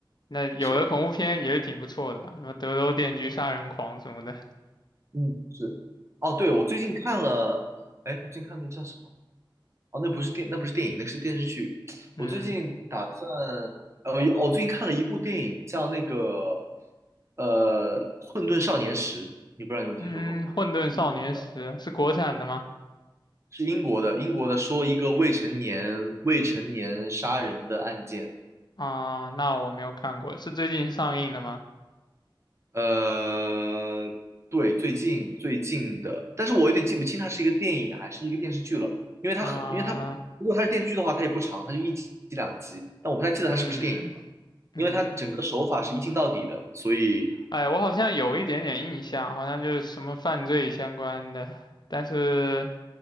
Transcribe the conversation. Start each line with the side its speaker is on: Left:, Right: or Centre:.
Left: 那有的恐怖片也是挺不错的吧？
Right: 是。
Left: 什么《德州电锯杀人狂》什么的。
Right: 嗯，是。哦，对，我最近看了，哎，我最近看那叫什么？哦，那不是电，那不是电影，那是电视剧。
Left: 嗯
Right: 我最近打算，呃，有哦我最近看了一部电影，叫那个，呃，《混沌少年时》，你不知道有没有听说过？
Left: 嗯，《混沌少年时》是国产的吗？
Right: 英国的，是英国的，英国的，说一个未成年未成年杀人的案件。
Left: 啊，那我没有看过，是最近上映的吗？
Right: 呃，对，最近最近的，但是我有点记不清它是一个电影还是一个电视剧了，因为它很，
Left: 啊，
Right: 因为它如果它是电视剧的话，它也不长，它就一集两集，但我不太记得它是不是电影了，
Left: 嗯嗯
Right: 因为它整个手法是一镜到底的，所以
Left: 哎，我好像有一点点印象，好像就是什么犯罪相关的，但是